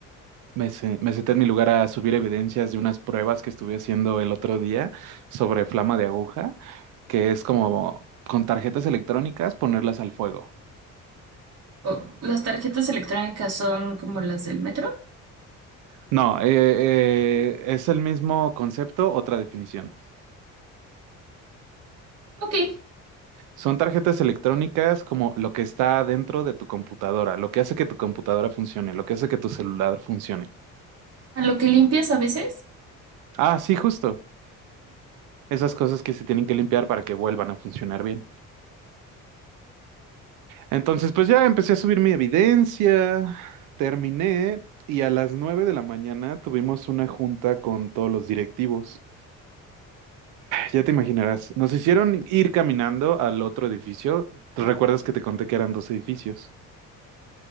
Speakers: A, on the right; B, on the right.
A: Me, se- me senté en mi lugar a subir evidencias de unas pruebas que estuve haciendo el otro día sobre flama de aguja, que es como con tarjetas electrónicas ponerlas al fuego.
B: Oh, ¿las tarjetas electrónicas son como las del metro?
A: No, eh, eh, es el mismo concepto, otra definición.
B: Ok.
A: Son tarjetas electrónicas como lo que está dentro de tu computadora, lo que hace que tu computadora funcione, lo que hace que tu celular funcione.
B: ¿A lo que limpias a veces?
A: Ah, sí, justo. Esas cosas que se tienen que limpiar para que vuelvan a funcionar bien. Entonces, pues ya empecé a subir mi evidencia, terminé y a las 9 de la mañana tuvimos una junta con todos los directivos. Ya te imaginarás, nos hicieron ir caminando al otro edificio. ¿Te ¿Recuerdas que te conté que eran dos edificios?